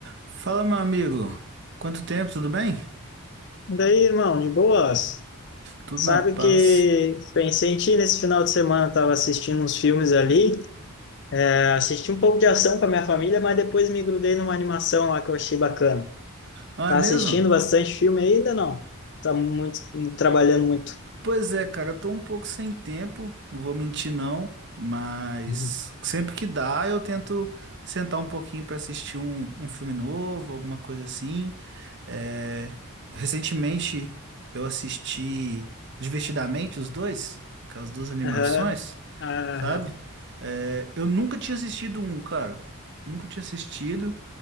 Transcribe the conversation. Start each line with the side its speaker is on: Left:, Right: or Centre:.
Right: Fala, meu amigo. Quanto tempo, tudo bem?
Left: Daí, irmão, de boas.
Right: Tudo
Left: Sabe
Right: na paz.
Left: que pensei em ti nesse final de semana, tava assistindo uns filmes ali. É, Assisti um pouco de ação com a minha família, mas depois me grudei numa animação lá que eu achei bacana.
Right: Ah,
Left: Tá
Right: é mesmo?
Left: assistindo bastante filme ainda, não? Tá muito, trabalhando muito.
Right: Pois é, cara, eu tô um pouco sem tempo, não vou mentir não, mas
Left: Uhum.
Right: sempre que dá eu tento sentar um pouquinho pra assistir um, um filme novo, alguma coisa assim. É, Recentemente eu assisti Divertidamente os dois, aquelas duas animações,
Left: Aham, aham.
Right: sabe? É, Eu nunca tinha assistido um, cara. Nunca tinha assistido.